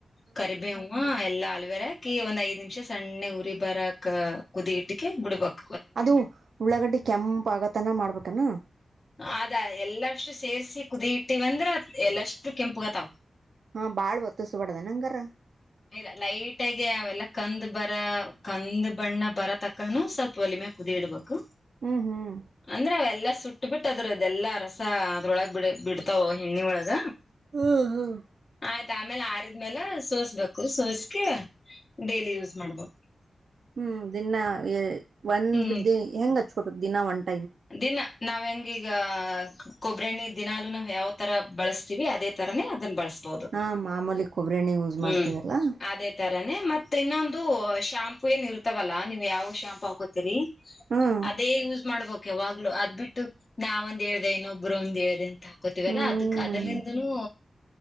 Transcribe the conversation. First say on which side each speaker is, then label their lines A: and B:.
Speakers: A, on the left (about 30°); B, on the right (about 80°).
A: ಕರಿಬೇವ ಎಲ್ಲ ರಕ ಒಂದ್ ಐ್ದ ನಿಮಿಷ ಸಣ್ಣೆ ಉರಿ ಬರಕ್ ಕುದಿ ಇಟ್ಟಕ್ಕೆೆ ಬಿಡ್ಬಕ
B: ಅದು ಉಳ್ಳಾಗಡ್ಡಿ ಕೆಂಪ ಆಗತನ ಮಾಡ್ಬೇಕಾನ
A: ಅದ ಎಲ್ಲಷ್ಟು ಸೇರ್ಸಿ ಕುದಿ ಇಟ್ಟಿವಂದ್ರ ಎಲ್ಲಷ್ಟು ಕೆಂಪುಗತ್ತಾವ
B: ಹಾ ಬಾಳ್ ಒತ್ತಿಸಬಡ್ದ ನಂಗಾರ
A: ಇಲ್ಲಾ ಲೈಟ್ ಆಗಿ ಅವೆಲ್ಲ ಕಂದ್ ಬರ ಕಂದ್ ಬಣ್ಣ ಬರ ತಕಾನೂ ಸ್ವಲ್ಪ ಒಲಿಮೆ ಕುದಿಡ್ಬೇಕು
B: ಹ್ಮ್ ಹ್ಮ್
A: ಅಂದ್ರೆ ಅವೆಲ್ಲಾ ಸುಟ್ಟ ಬಿಿಟ್ಟು ಅದ್ರ ಅದೆಲ್ಲ ರಸ ಅದ್ರೊಳಗ ಬಿ ಬಿಡ್ತಾವ ಹೆಣ್ಣಿ ಒಳಗ
B: ಹ್ಮ್ ಹ್ಮ್
A: ಆಯ್ತ ಆಮೇಲೆ ಆರಿದ್ಮೇಾಲ ಸೋಸ್ಬೇಕು ಸೋಸ್ಕ ಡೇಲಿ ಯೂಸ್ ಮಾಡ್ಬು
B: ಹ್ಮ್ ದಿನ್ನಾ ಎ ಒಂದ್
A: ಹ್ಮ್
B: ಬಿದ್ದೆ ಹೆಂಗ್ ಹಚ್ಕೋಬೇಕ್ ದಿನಾ ಒಂಟ
A: ದಿನ ನಾವ ಹೆಂಗೀಗ ಕೊಬ್ಬ್ರೆಣ್ಣ ದಿನಾಲುೂ ನಾವ ಯಾವ ತರ ಬಳಸ್ತಿವಿ ಅದೇ ತರಾನೇ ಅದನ್ನ ಬಳಸ್ವಿ
B: ಹಾ ಮಾಮೂಲಿ ಕೊಬ್ಬರಿ ಎಣ್ಣೆ ಯೂಸ್
A: ಹ್ಮ್
B: ಮಾಡ್ತೀವಲ್ಲಾ
A: ಅದೇ ತರಾನೇ ಮತ್ತೆ ಇನ್ನೊಂದು ದು ಶಾಂಪು ಏನ್ ಇರ್ತಾಗಲ್ಲ ನೀವು ಯಾವ ಶಾಂಪು ಆಕೋತಿರಿ
B: ಹ್ಮ್
A: ಅದೇ ಯೂಸ್ ಮಾಡ್ಬೇಕು ಯವಾಗ್ಲು ಅದಬಿಟ್ಟು ನಾವಂದ ಹೇಳ್ದ ಇನ್ನೊಬ್ರು ಒಂದ್ ಹೇಳ್ದ ಹಾಕೋತಿವಲ್ಲಾ
B: ಹ್ಮ್
A: ಅದಕ್ ಅದ್ರಲಿಂದನೂ